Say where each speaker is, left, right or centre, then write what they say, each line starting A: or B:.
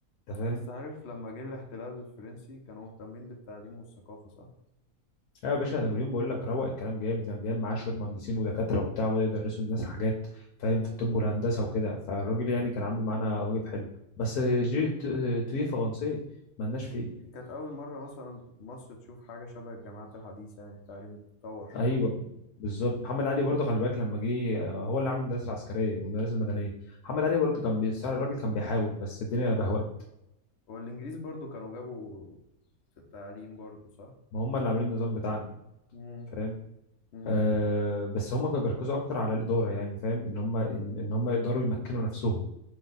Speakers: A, on the left; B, on the left.
A: انت فاهم
B: بس عارف لما جه الاحتلال الفرنسي كانوا مهتمين بالتعليم والثقافة صح؟
A: ايوه يا باشا نابليون بقول لك روق الكلام جامد كان جايب
B: مم.
A: معاه شويه مهندسين ودكاتره وبتاع وبداوا يدرسوا الناس حاجات فاهم
B: مم.
A: في الطب والهندسه وكده فالراجل يعني كان عامل معانا واجب حلو بس جي تو- تويه فرنسي مالناش فيه
B: دي كانت أول مرة مثلا مصر تشوف حاجة شبه الجامعات الحديثة يعني التعليم اتطور شوية
A: ايوه بالظبط محمد علي برضه خلي بالك لما جه آه، هو اللي عامل المدارس العسكريه والمدارس المدنيه
B: مم.
A: محمد علي برضه كان بيساعد الراجل كان بيحاول بس الدنيا بهوأت
B: والإنجليز برضو كانوا جابوا التعليم برضو صح؟
A: ما هم اللي عاملين النظام بتاعنا
B: مم.
A: فاهم
B: مم.
A: آه بس هم كانوا بيركزوا اكتر على الاداره يعني فاهم ان هم ان, إن هم يقدروا يمكنوا نفسهم